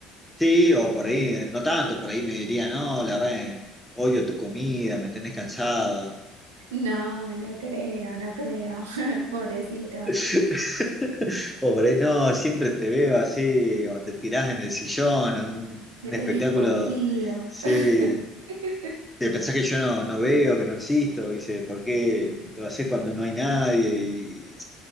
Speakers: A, in the centre; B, on the right (about 75°).
A: Sí, o por ahí, eh, no tanto, por ahí me diría, no, la verdad, eh, odio tu comida, me tenés cansado.
B: No, no creo, no creo. <laughs> Pobrecitos.
A: <laughs> O por ahí, no, siempre te veo así, o te tirás en el sillón, o un,
B: Me
A: un
B: tenés
A: espectáculo,
B: podrido.
A: sí,
B: <laughs>
A: Te pensás que yo no, no veo, que no existo, dice, ¿por qué lo haces cuando no hay nadie? Y,